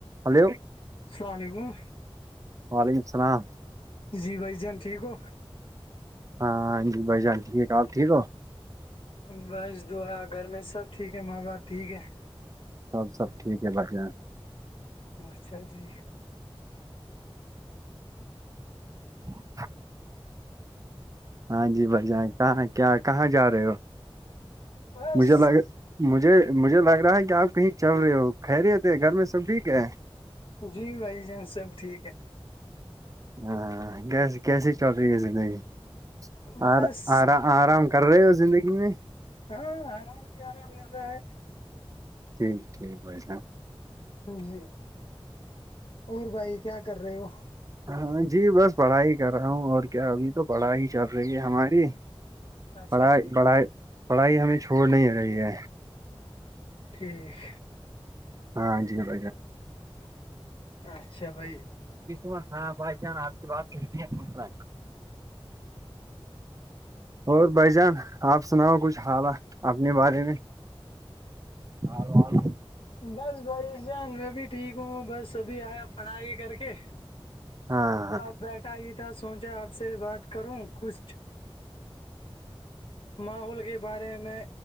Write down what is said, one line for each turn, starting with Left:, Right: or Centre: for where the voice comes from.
Right: hello
Left: السلام علیکم
Right: وعلیکم السلام
Left: جی بھائی جان ٹھیک ہو
Right: ہاں ہاں جی بھائی جان ٹھیک آپ ٹھیک ہو
Left: بس دعا گھر میں سب ٹھیک ہے ماں باپ ٹھیک ہے
Right: سب سب ٹھ عگ ہے
Left: اچھا جی
Right: ا ہاں جی بھائی جان کہاں کیا کہاں جا رہے ہو
Left: بس
Right: مجھے لگجھے مجھے لگ رہا ہے کہ آپ کہیں چل رہے ہو کہ رہے ہو تھے گھر میں سب ٹھیک ہے
Left: جی بھائی جان سب ٹھیک ہے
Right: ہاں کیسی چل رہی ہے زندگی
Left: بس
Right: آ آر آرام کر رہے ہو زندگی میں
Left: ہاں آرام ہی آرام م رہا ہے
Right: ٹھیک ٹھیک ہےھائی
Left: جی اور بھائی کیا کر رہے ہو
Right: ہاں جی بس پڑھائی کر رہا ہوں اور کیا ابھی تو پڑھائی چل رہی ہے ہماری
Left: اچھا
Right: پڑھائی
Left: ٹھیک
Right: پڑھائی پڑھائی ہمیں چھوڑ نہیں آ رہی ہے
Left: ٹھیک
Right: ہاں جی ب
Left: اچھا بھائی
Right: م ہاں بائی چانس آپ کی بات صحی ہے گا اور بھ جان آپ سناؤ کچھ حال اپنے بارے میں اور
Left: بس بھائی جان میں بھی ٹھیک ہوں بس سبھی آیا پڑھائی کر کے
Right: ہاں
Left: ا بیٹھا یہ تھا سوچا آپ سے بات کروں کچھ ماحول کے بارے میں